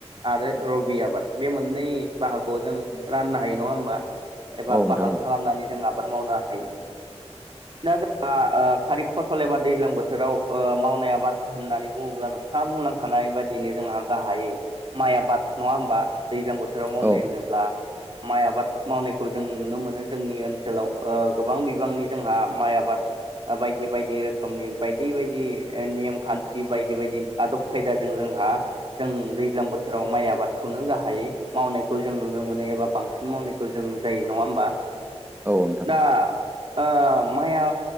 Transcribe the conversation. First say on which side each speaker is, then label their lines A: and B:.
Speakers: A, on the right; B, on the right.
A: आरो रबि आबाद। बे मोननै बाहागखौ जों राननो हायो नङा होमबा एबा
B: औ
A: बाहागो
B: नोंथां औ
A: खालामनानै जों आबाद मावनो हायो दा जोंनि खारिब फसल एबा दैज्लां बोथोराव ओ मावनाय आबाद होननानै बुङोब्ला नोंथाङा बुंलांखा नाय बायदिनो जोंहा गाहायै माइ आबाद नङा होमबा? दैज्लां बोथोराव मावनाय
B: औ
A: होनोब्ला माइ आबाद मावनायखौ जों नुनो मोनो जोंनि ओनसोलाव ओ गोबां बिबांनि जोंहा माइ आबाद बायदि बायदि रोखोमनि बायदि बायदि नेम खान्थि बायदि बायदि आदब खायदाजों जोंहा जों दैज्लां बोथोराव माइ आबादखौनो गाहायै मावनायखौ जों नुनो मोनो एबा बां बांसिन मावनायखौ जों जायो नङा होमबा?
B: औ नोंथां
A: दा
B: औ।
A: ओ माइया